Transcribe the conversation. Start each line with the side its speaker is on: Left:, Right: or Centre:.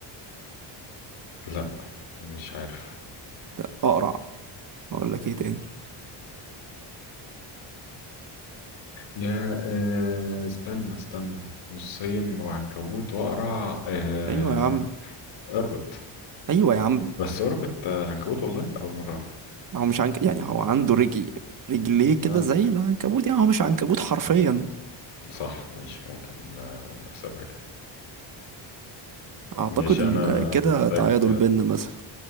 Left: لا مش عارف
Right: لا اقرع اقول لك ايه تاني
Left: يا أه... استنى استنى نصين وعنكبوت واقرع أه...
Right: ايوه يا عم
Left: ارجوت
Right: ايوه يا عم
Left: بس ارجوت آه، عنكبوت والله اول مره أعرف.
Right: هو مش عنك يعني هو عنده رجل رجليه كده
Left: آه.
Right: زي العنكبوت يعني هو مش عنكبوت حرفيا
Left: صح ماشي ممكن آه، نحسبها كده
Right: اعتقد
Left: ماشي
Right: ان
Left: انا
Right: كده
Left: محتاج
Right: تعادل بينا مثلا